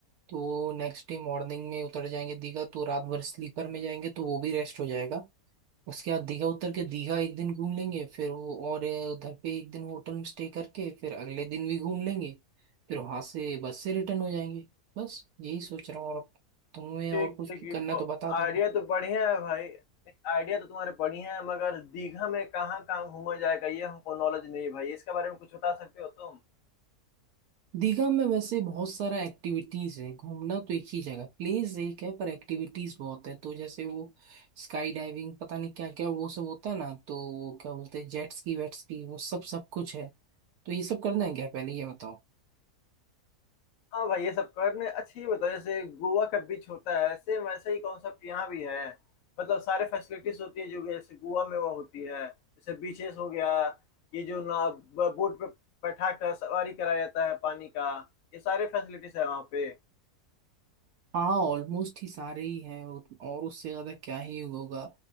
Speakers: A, on the right (about 75°); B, on the left (about 65°).
A: तो नेक्स्ट डे मॉर्निंग में उतर जाएंगे दीघा तो रात भर स्लीपर में जाएंगे तो वो भी रेस्ट हो जाएगा उसके बाद दीघा उतर के दीघा एक दिन घूम लेंगे फिर वो और अ, उधर पे एक दिन होटल में स्टे करके फिर अगले दिन भी घूम लेंगे फिर वहां से बस से रिटर्न हो जाएंगे बस यही सोच रहा हूँ और अब तुम्हें
B: ठीक
A: और कुछ
B: ठीक
A: करना है तो बता देना
B: आइडिया तो बढ़िया है भाई आइडिया तो तुम्हारे बढ़िया है मगर दीघा में कहाँ कहाँ घूमा जाएगा ये हमको नॉलेज नहीं है भाई इसके बारे में कुछ बता सकते हो तुम
A: दीघा में वैसे बहुत सारा एक्टिविटीज है घूमना तो एक ही जगह प्लेस एक है पर एक्टिविटीज बहुत है तो जैसे वो स्काई डाइविंग पता नहीं क्या क्या वो सब होता है ना तो वो क्या बोलते हैं जेट स्की वेट स्की वो सब सब कुछ है तो ये सब करना है क्या पहले ये बताओ
B: हाँ भाई ये सब करने अच्छी बताओ जैसे गोवा का बीच होता है सेम वैसे ही कॉन्सेप्ट यहाँ भी है मतलब सारे फैसिलिटीज होती है जो कि जैसे गोवा में वो होती है जैसे बीचेस हो गया ये जो ना ब- बोट पे बैठा कर सवारी कराया जाता है पानी का ये सारे फैसिलिटीज है वहाँ पे
A: हाँ ऑलमोस्ट ही सारे ही हैं वो- और उससे ज्यादा क्या ही होगा